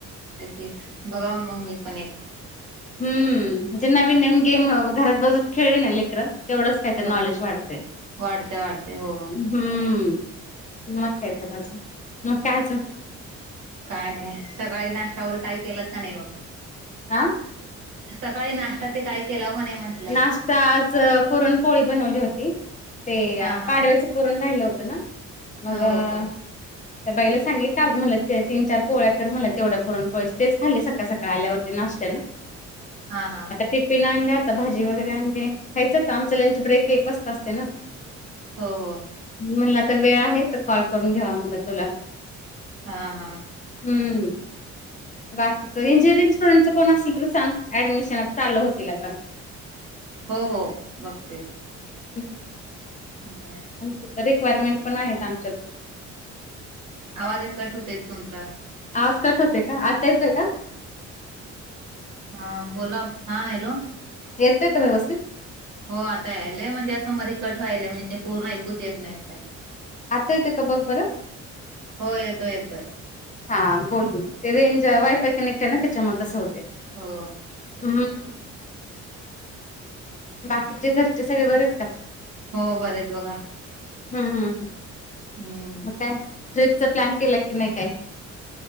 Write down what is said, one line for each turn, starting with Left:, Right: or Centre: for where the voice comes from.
Right: तेच की बघाव मगं मी पण एक.
Left: हम् म्हणजे नवीन नवीन गेम घरात बसून खेळली ना लेकर तेवढंच काय तर
Right: हो
Left: नॉलेज वाढतं.
Right: वाढते वाढते हो
Left: हम् हम्म्म मग काय तर अजून, मग काय अजून
Right: काय नाही सकाळी नाश्ता वगैरे काही केलात की नाही मग?
Left: आं.
Right: सकाळी नाश्ता ते काय केलाव का नाही म्हटलं
Left: नाष्टा आज पुरणपोळी बनवली होती. ते
Right: हा हा
Left: पाडव्याचं पुरण राहिलं होतं ना मगं
Right: हो हो
Left: त्या बाईला सांगितल आज मला ते तीन चार पोळ्या कर मला तेवढ्या पुरण पोळी तेच खाली सकाळी त्या सकाळी आल्या होत्या नाश्त्याला.
Right: हां हां.
Left: टिपिन आणलाय आता भाजी वगैरे आणली खायच आता आमचं लंच ब्रेक एक वाजता असतंय ना.
Right: हो हो,
Left: म्हणल आता वेळ आहे तर कॉल करून घ्यावा म्हटला तुला.
Right: हां हां
Left: हम्म बाकीचं <unintelligible> स्टुडंट कोण असतील तर सांग ऍडमिशन चालु होतील आता.
Right: हो हो, बघते.
Left: <inaudible>
Right: हम्म,
Left: आमच्या हितं रिक्वायरमेंट पण आहेत आमच्यात.
Right: आवाज एक कट होतोय तुमचा.
Left: आवाज कट होतोय का, आता येतोय का?
Right: हां बोला, हां हॅलो
Left: येतंय का व्यवस्थित?
Right: हो आता यायलय म्हणजे असं मधी कट व्हालय म्हणजे पूर्ण ऐकुच येत नाही काही.
Left: आता येतोय का बघ बरं.
Right: हो येतोय येतोय
Left: हा बोल बोल, ते रेंज वायफाय कनेक्ट आहे ना त्याच्यामुळे तसं होतंय.
Right: हो,
Left: हम्म बाकीचे घरचे सगळे बरे आहेत का?
Right: हो बरे आहेत बघा.
Left: हम्म हम्म
Right: हम्म.
Left: मग काय ट्रिपचा प्लॅन केलाय की नाही काही?